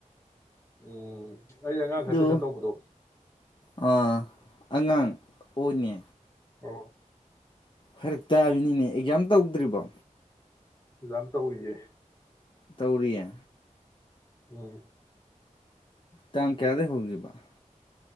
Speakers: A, on the left; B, on the left.
A: ꯎꯝ ꯑꯩ ꯑꯉꯥꯡ
B: ꯑꯗꯨ
A: ꯈꯔ ꯇꯨꯏꯁꯟ ꯇꯧꯕꯗꯣ
B: ꯑꯥ ꯑꯉꯥꯡ ꯑꯣꯅꯦ
A: ꯑ
B: ꯐꯔꯛ ꯇꯥꯕꯅꯤꯅꯦ ꯑꯦꯛꯖꯥꯝ ꯇꯧꯗ꯭ꯔꯤꯕꯣ
A: ꯖꯝ ꯇꯧꯦ
B: ꯇꯧꯔꯤꯌꯥ
A: ꯎꯝ
B: ꯇꯥꯡ ꯀꯌꯥꯗ ꯍꯒꯦ ꯄꯕꯥ